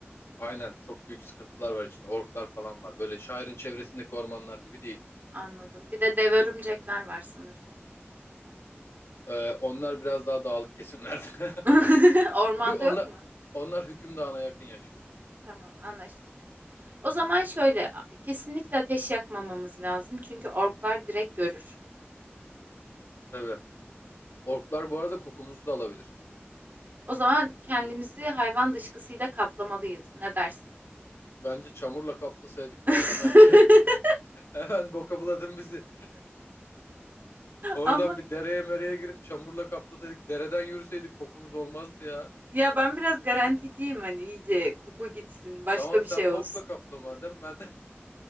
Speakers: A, on the left; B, on the right.
A: Aynen çok büyük sıkıntılar var içinde. Orklar falan var. Böyle şairin çevresindeki ormanlar gibi değil.
B: Anladım. Bir de dev örümcekler var sanırım.
A: Ee, onlar biraz daha dağlık kesimlerde.
B: <laughs>
A: <laughs>
B: Ormanda
A: Hü- Onlar,
B: yok mu?
A: onlar hüküm dağına yakın yaşıyor.
B: Tamam, anlaştık. O zaman şöyle a- kesinlikle ateş yakmamamız lazım çünkü orklar direkt görür.
A: Tabii. Orklar bu arada kokumuzu da alabilir.
B: O zaman kendimizi hayvan dışkısıyla kaplamalıyız. Ne dersin?
A: Bence çamurla kaplasaydık
B: <laughs>
A: ya hemen. <laughs> Hemen boka buladın bizi. Oradan
B: Ama
A: bir dereye mereye girip çamurla kaplasaydık. Dereden yürüseydik kokumuz olmazdı ya.
B: ya ben biraz garanticiyim hani iyice koku gitsin, başka
A: Tamam
B: bir
A: sen
B: şey olsun.
A: bokla kapla madem ben